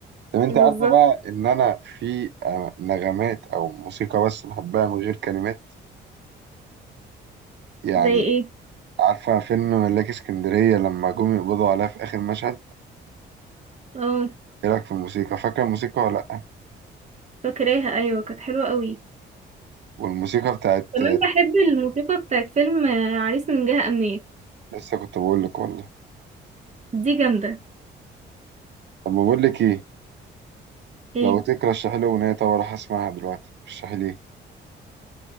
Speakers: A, on the right (about 60°); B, on the right (about 35°).
A: طب انت
B: بالظبط
A: عارفه بقى ان انا في آه، نغمات او موسيقى بس بحبها من غير كلمات يعني
B: زي ايه
A: عارفه فيلم ملاك اسكندريه لما جم يقبضوا عليها في اخر مشهد
B: اه
A: ايه رايك في الموسيقى فاكره الموسيقى ولا لا
B: فاكراها ايوه كانت حلوه قوي
A: والموسيقى بتاعت
B: كمان
A: آه،
B: بحب الموسيقى بتاعت فيلم آه، عريس من جهة أمنية
A: لسه كنت بقول لك والله
B: دي جامدة
A: طب بقول لك ايه
B: ايه
A: لو ترشحي لي اغنيه طب راح اسمعها دلوقتي ترشحي لي ايه